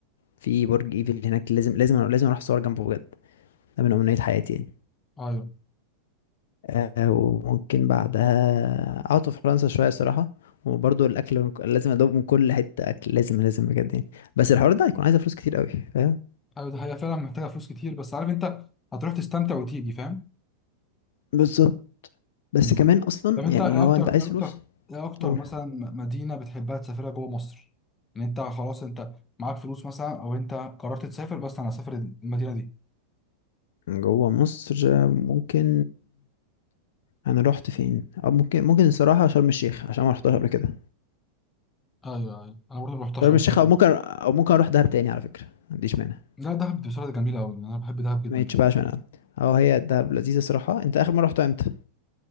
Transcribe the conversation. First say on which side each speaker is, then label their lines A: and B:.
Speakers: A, on the left; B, on the left.
A: في برج ايفل هناك لازم لازم لازم اروح اصور جنبه بجد ده من امنيات حياتي يعني
B: ايوه
A: آه، وممكن بعدها قعدت في فرنسا شوية صراحة وبرضه الأكل من- لازم أدوق من كل حتة أكل لازم لازم بجد يعني بس الحوار ده هيكون عايز فلوس كتير قوي فاهم
B: ايوه دي حقيقة فعلا محتاجة فلوس كتير بس عارف انت هتروح تستمتع وتيجي فاهم
A: بالظبط بس
B: مم.
A: كمان أصلا
B: طب انت
A: يعني
B: ايه
A: هو
B: اكتر
A: أنت عايز
B: ايه
A: فلوس
B: اكتر ايه اكتر
A: قول
B: مثلا مدينة بتحبها تسافرها جوه مصر ان انت خلاص انت معاك فلوس مثلا او انت قررت تسافر بس انا هسافر المدينة دي
A: جوه مصر آه، ممكن أنا رحت فين أو ممكن ممكن الصراحة شرم الشيخ عشان ما رحتهاش قبل كده
B: ايوه ايوه انا برضه ما رحتش
A: شرم
B: طب
A: الشيخ
B: قبل
A: أو
B: كده.
A: ممكن أو ممكن أروح دهب تاني على فكرة ما عنديش مانع
B: لا دهب دي بصراحة جميلة قوي انا بحب دهب جدا
A: ما يتشبعش
B: بصراحة
A: منها أه هي دهب لذيذة صراحة أنت آخر مرة رحتها إمتى؟